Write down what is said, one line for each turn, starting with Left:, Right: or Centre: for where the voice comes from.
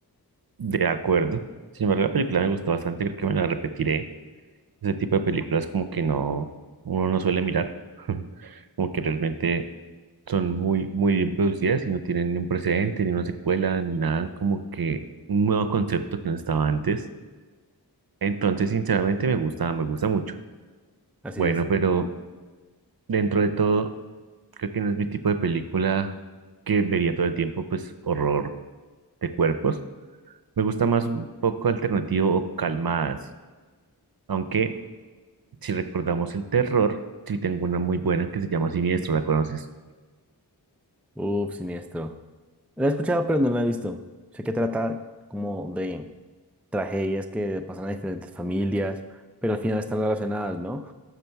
Right: De acuerdo. Sin embargo, la película me gustó bastante, creo que me la repetiré. Ese tipo de películas como que no, uno no suele mirar, <laughs> como que realmente son muy, muy bien producidas y no tienen ni un precedente, ni una secuela, ni nada, como que un nuevo concepto que no estaba antes. Entonces, sinceramente, me gusta, me gusta mucho.
Centre: Así
Right: Bueno,
Centre: es.
Right: pero Dentro de todo, creo que no es mi tipo de película que vería todo el tiempo, pues horror de cuerpos. Me gusta más un poco alternativo o calmadas, aunque si recordamos el terror, sí tengo una muy buena que se llama Siniestro, ¿la conoces?
Centre: Uf, siniestro. Lo he escuchado, pero no lo he visto. Sé que trata como de tragedias que pasan a diferentes familias, pero al final están relacionadas, ¿no?